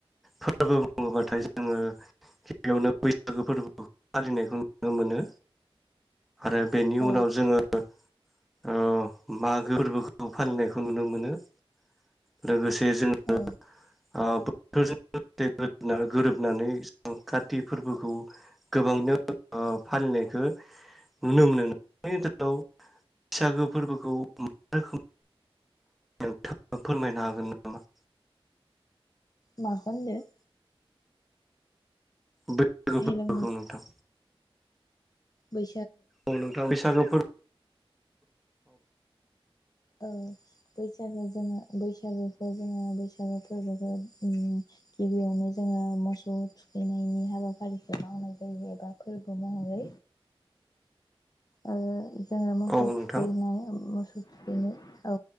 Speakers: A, in the centre; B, on the left.
A: फोरबो बुङोबाथाय जोङो गिबियावनो बैसागो फोरबो फालिनायखौ नुनो मोनो। आरो बेनि
B: औ
A: उनाव जोङो ओ मागो फोरबोखौ फालिनायखौ नुनो मोनो। लोगोस से जोङो
B: औ
A: आब <unintelligible> गोरोबनानै कारति फोरबोखौ गोबांनो ओ फालिनायखौ नुनो मोनो <inaudible> बैसागो फोरबोखौ मा रोखोम नोंथाङा फोरमायनो हागोन नामा?
B: माखौ होनदों?
A: बै <inaudible>
B: हेलौ
A: फोरबोखौ नोंथां।
B: बै
A: औ नोंथां बैसागो <inaudible>
B: औ बैसागो जोङो बैसागुखौ जोङो बैसागु फोरबोखौ उम गिबियावनो जोङो मोसौ थुखैनायनि हाबाफारिखौ मावनाय जायो एबा फोरबो महरै ओ जोङो मोसौ
A: औ नोंथां
B: थुखैनाय मो <unintelligible> औ